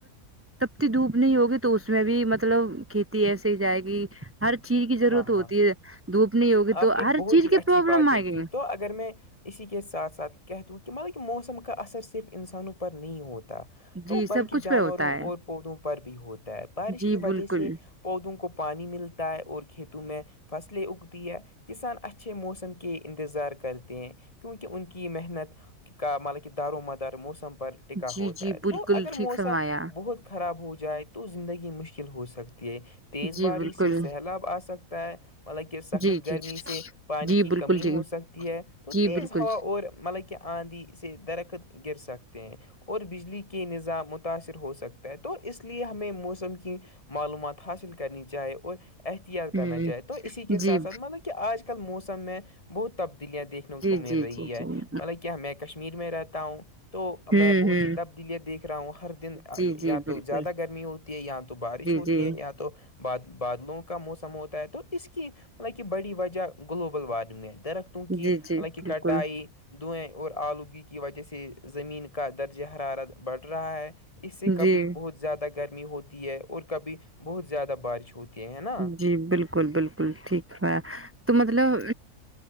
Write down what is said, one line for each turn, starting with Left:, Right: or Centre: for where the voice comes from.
Right: تبتی دھوپ نہیں ہوگی تو اس میں بھی مطلب کھیتی ایسے ہی جائے گی ہر چیز کی ضرورت
Left: ہاں
Right: ہوتی
Left: ہاں
Right: ہے دھوپ نہیں ہوگی
Left: آپ
Right: تو
Left: نے
Right: ہر
Left: بہت
Right: چیز
Left: ہی
Right: کے
Left: اچھی
Right: پروابلم
Left: باتیں
Right: آئے گئے
Left: کی اگر میں اسی کے ساتھ ساتھ کہتے ہ کہ مطلب کہ موسم کا اثر صرف انسانوں پر نہیں ہوتا
Right: جی
Left: تو
Right: سب
Left: بلکہ
Right: کچھ
Left: جانوروں
Right: پہ ہوتا ہے
Left: اور پودوں پر بھی ہوتا ہے بارش
Right: جی
Left: کی وجہ
Right: بالکل
Left: سے پودوں کو پانی ملتا ہے اور کھیتوں میں فصلیں اگ ہے کسان اچھے موسم کے انتظار کرتے ہیں کیونکہ ان کی محنت کا مطلب کہ دار و مدار موسم پر ٹکا
Right: جی
Left: ہوتا
Right: جی
Left: ہے
Right: بالکل
Left: تو اگر
Right: ٹھیک
Left: موسم
Right: فرمایا
Left: بہت خراب ہو جائے تو زندگی مشکل ہو سکتی ہے تیز
Right: جی
Left: باریش
Right: بالکل
Left: سے سیلاب آ سکتا ہے مطلب کہ
Right: جی
Left: گرمی
Right: جی
Left: سے پانی
Right: جی
Left: کی
Right: بالکل
Left: کمی
Right: جی
Left: ہو سکتی ہے تو
Right: جی
Left: تیز
Right: بالکل
Left: ہوا اور مطلب کہ آندھی سے درخت گر سکتے ہیں اور بجلی کے نظام متاثر ہو سکتا ہے تو اس لیے ہمیں موسم کی معلومات حاصل کرنی چاہے اور احتیاط کرنا
Right: ہ
Left: چاہے تو اسی کے ساتھ
Right: جی
Left: ساتھ مطلب کہ آج کل موسم میں بہت تبدیلیاں دیکھنے
Right: جی
Left: کو مل
Right: جی جی
Left: رہی
Right: جی
Left: ہے
Right: ہوں
Left: مطلب کیا میں کش کشمیر میں رہتا ہوں تو
Right: ہ
Left: میں بہت سی تبدیلیاں دیکھ رہا ہوں ہر دن
Right: جی
Left: یا
Right: جی بالکل
Left: تو زیادہ گرمی ہوتی ہے یا تو بارش
Right: جی
Left: ہوتی
Right: جی
Left: ہوتی ہے یا تو بادلوں کا موسم ہوتا ہے تو اس کی مطلب کہ بڑی وجہ گلوبل وارمنگ ہے درخت کی
Right: جی جی
Left: مطلب کی
Right: بالکل
Left: کٹائی دائیں اور آلودگی کی وجہ سے زمین کا درجہ حرارت بڑھ رہا ہے اس سے
Right: جی
Left: کبھی بہت زیادہ گرمی ہوتی ہے اور کبھی بہت زیادہ بارش ہوتی ہے ہے نا
Right: جی بالکل بالکل ٹھیک ہے تو مطلب